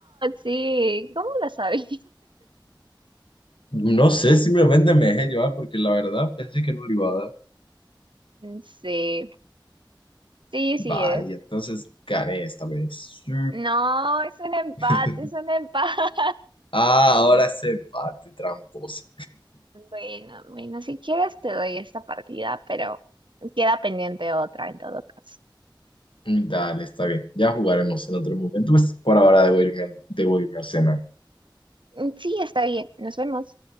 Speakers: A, on the right; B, on the left.
A: sí. ¿Cómo lo sabía?
B: No sé, simplemente me dejé llevar porque la verdad pensé que no le iba a dar.
A: <laughs> Sí, sí,
B: Vaya,
A: sí es.
B: entonces gané esta vez. Sí.
A: No, es un empate,
B: <laughs>
A: es un empate.
B: Ah, ahora se empate, tramposa.
A: Bueno, bueno, si quieres te doy esta partida, pero queda pendiente otra en todo caso.
B: Dale, está bien. Ya jugaremos en otro momento. Pues por ahora debo irme, a- debo irme a cenar.
A: Mm, Sí, está bien, nos vemos.